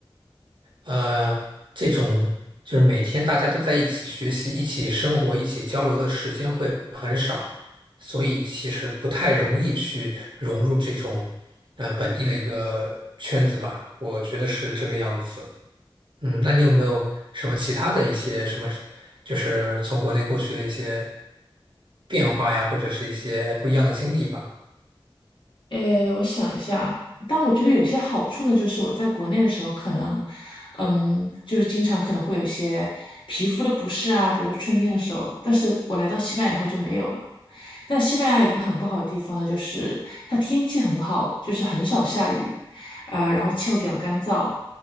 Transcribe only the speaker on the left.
诶，我想一下，但我觉得有些好处呢，就是我在国内的时候，可能，嗯，就是经常可能会有一些皮肤的不适啊，比如说春天的时候，但是我来到西班牙以后就没有了。但西班牙有个很不好的地方呢，就是它天气很好，就是很少下雨，呃，然后气候比较干燥。